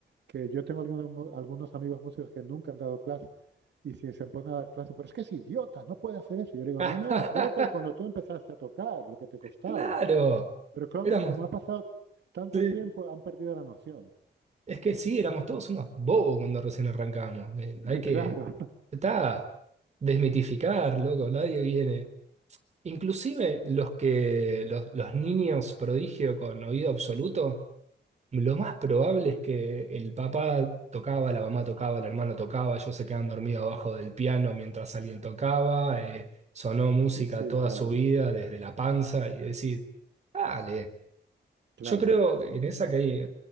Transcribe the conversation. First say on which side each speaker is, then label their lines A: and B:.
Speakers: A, on the right; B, on the right.
A: que yo tengo algunos, mu- algunos amigos músicos que nunca han dado clases y si se ponen a dar clases, pero es que es idiota, no puede hacer eso. Yo le digo,
B: <laughs>
A: no, no, acuérdate de cuando tú empezaste a tocar, lo que te costaba.
B: Claro.
A: Pero como,
B: Éramos
A: como ha pasado tanto
B: Sí,
A: tiempo, han perdido la noción.
B: es que sí, éramos todos unos bobos cuando recién arrancamos. eh,
A: <laughs>
B: hay que,
A: Claro,
B: está, desmitificar, loco, nadie viene. Inclusive los que, los, los niños prodigio con oído absoluto, lo más probable es que el papá tocaba, la mamá tocaba, el hermano tocaba, ellos se quedan dormidos abajo del piano mientras alguien tocaba, eh, sonó música
A: <laughs> sí,
B: toda
A: claro,
B: su vida desde la panza y decir, dale.
A: claro.
B: Yo creo que en esa que hay,